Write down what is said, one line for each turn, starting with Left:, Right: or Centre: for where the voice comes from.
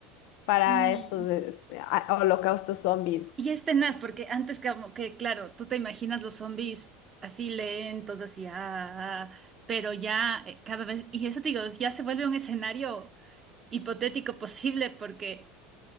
Left: para
Right: sí.
Left: estos eh, a- holocaustos zombies.
Right: Y es tenaz, porque antes como que, claro, tú te imaginas los zombies así lentos, así, ah, ah, ah, pero ya eh, cada vez, y eso te digo, ya se vuelve un escenario hipotético posible, porque